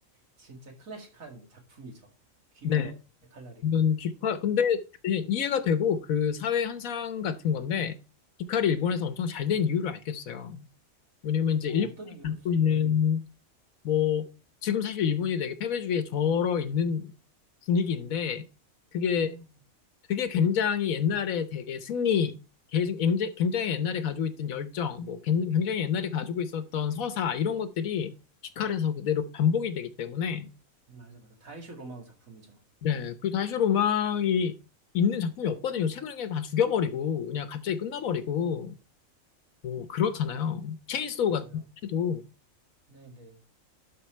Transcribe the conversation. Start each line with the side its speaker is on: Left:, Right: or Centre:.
Right: 진짜 클래식한 작품이죠. 귀멸의
Left: 네.
Right: 칼날이.
Left: 이건 귀칼 근데 그냥 이해가 되고 그 사회 현상 같은 건데 귀칼이 일본에서 엄청 잘된 이유를 알겠어요. 왜냐면 이제
Right: 어,
Left: 일본이
Right: 어떤 의미가
Left: 갖고
Right: 있어요?
Left: 있는
Right: 네.
Left: 뭐 지금 사실 일본이 되게 패배주의에 절어 있는 분위기인데 그게
Right: 음,
Left: 되게 굉장히 옛날에 되게 승리 개- 굉장히 굉장히 옛날에 가지고 있던 열정 뭐 굉- 굉장히 옛날에 가지고 있었던 서사 이런 것들이 피칼에서 그대로 반복이 되기 때문에
Right: 맞아, 맞아. 다이쇼 로망 작품이죠.
Left: 네 그 다시 로망이 있는 작품이 없거든요 최근에 그냥 다 죽여버리고 그냥 갑자기 끝나버리고 뭐 그렇잖아요 체인소우
Right: 맞아요.
Left: 같은 것도
Right: 네네.